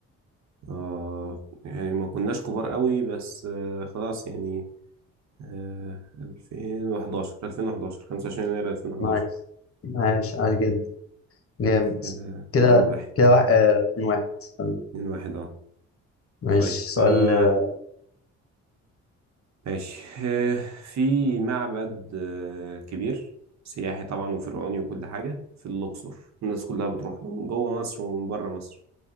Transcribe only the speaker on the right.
اه يعني ما كناش كبار قوي بس آه خلاص يعني آه 2011 2011 25 يناير 2011
كده
اتنين واحد
اتنين واحد اه
طيب
آه
ماشي آه في معبد آه كبير سياحي طبعا وفرعوني وكل حاجة في الأقصر الناس كلها بتروح له من جوه مصر ومن بره مصر